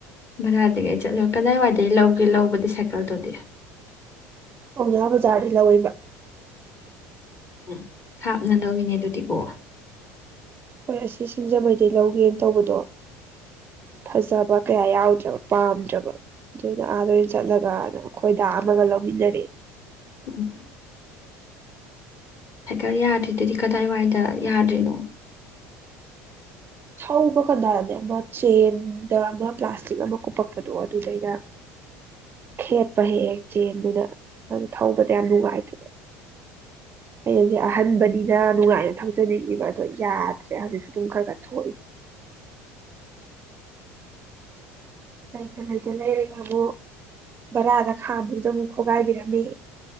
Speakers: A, on the left; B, on the right.
A: ꯚꯔꯥ ꯇꯤꯡꯉꯩ ꯆꯠꯂ ꯀꯗꯥꯏꯋꯥꯏꯗ ꯂꯧꯒꯦ ꯂꯧꯕꯗꯤ ꯁꯥꯏꯀꯜꯗꯨꯗꯤ
B: ꯄꯥꯎꯅꯥ ꯕꯖꯥꯔꯗꯩ ꯂꯧꯋꯦꯕ
A: ꯎꯝ ꯊꯥꯞꯅ ꯂꯧꯋꯤꯅꯦ ꯑꯗꯨꯗꯤꯀꯣ
B: ꯍꯣꯏ ꯑꯁꯤ ꯁꯤꯡꯖꯃꯩꯗꯩ ꯂꯧꯒꯦꯅ ꯇꯧꯕꯗꯣ ꯐꯖꯕ ꯀꯌꯥ ꯌꯥꯎꯗ꯭ꯔꯕ ꯄꯥꯝꯗ꯭ꯔꯕ ꯑꯗꯨꯅ ꯑꯥꯗ ꯑꯣꯏꯅ ꯆꯠꯂꯒꯅ ꯈꯣꯏꯗꯥ ꯑꯃꯒ ꯂꯧꯃꯤꯟꯅꯔꯦ
A: ꯎꯝ ꯁꯥꯏꯀꯜ ꯌꯥꯗ꯭ꯔꯤꯗꯨꯗꯤ ꯀꯗꯥꯏꯋꯥꯏꯗ ꯌꯥꯗ꯭ꯔꯤꯅꯣ
B: ꯊꯧꯕ ꯀꯟꯗꯗ ꯑꯃ ꯆꯦꯟꯗ ꯑꯃ ꯄ꯭ꯂꯥꯁꯇꯤꯛ ꯑꯃ ꯀꯨꯞꯄꯛꯄꯗꯣ ꯑꯗꯨꯗꯩꯗ ꯈꯦꯠꯄ ꯍꯦꯛ ꯍꯦꯛ ꯆꯦꯟꯗꯨꯗ ꯑꯗꯨ ꯊꯧꯕꯗ ꯌꯥꯝ ꯅꯨꯡꯉꯥꯏꯇꯕ ꯍꯌꯦꯡꯁꯦ ꯑꯍꯟꯕꯅꯤꯅ ꯅꯨꯡꯉꯥꯏꯅ ꯊꯧꯖꯅꯤꯡꯉꯤꯕ ꯑꯗꯣ ꯌꯥꯗ꯭ꯔꯦ ꯍꯧꯖꯤꯛꯁꯨ ꯑꯗꯨꯝ ꯈꯔ ꯈ ꯊꯣꯛꯏ ꯂꯩꯇ ꯂꯩꯇ ꯂꯩꯔꯒ꫰ꯑꯃꯨꯛ ꯕꯔꯥꯗ ꯈꯥꯕꯁꯨ ꯑꯃꯨꯛ ꯈꯣꯒꯥꯏꯕꯤꯔꯛ ꯃꯤ